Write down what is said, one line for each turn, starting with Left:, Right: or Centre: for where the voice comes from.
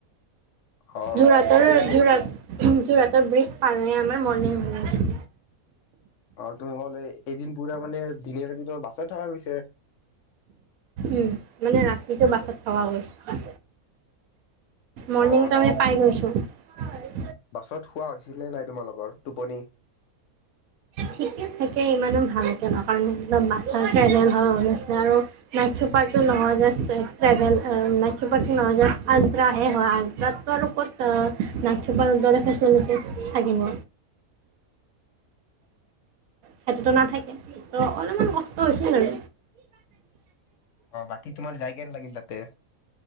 Left: অ
Right: যোৰহাটৰ
Left: তুমি
Right: যোৰহাটত। ওম যোৰহটত ব্ৰিজ পাৰ হৈ আমাৰ মৰ্ণিং হৈ আছিল।
Left: অ যোৰহাটত এদিন পুৰা মানে দিনে ৰাতি তোমাৰ বাছত থকা গৈছে।
Right: ওম মানে ৰাতিটো বাছত থকা গৈছো। মৰ্ণিং
Left: অ
Right: টাইমে
Left: তুমি
Right: পাই গৈছো। হয়।
Left: বাছত শুৱা হৈছিলে নাই। তোমালোকৰ টোপনি।
Right: ঠিকে থাকে ইমানো ভালকে নাই কাৰণ বাছৰ ট্ৰেভেলৰ নিছিনা আৰু। নাইট চুপাৰটো নহয় জাষ্ট। ট্ৰেভেল হয় নাইট চুপাৰপ নহয়। জাষ্ট আলট্ৰা হে হয়। আলট্ৰাত নাইট চুপাৰ দৰে ফেচিলিটিছ থাকিব। সেইটোত নাথাকে ত অলপমান কষ্ট হৈছে আৰু।
Left: অ বাকি তোমাৰ যাই কেনেকা লাগিল তাতে।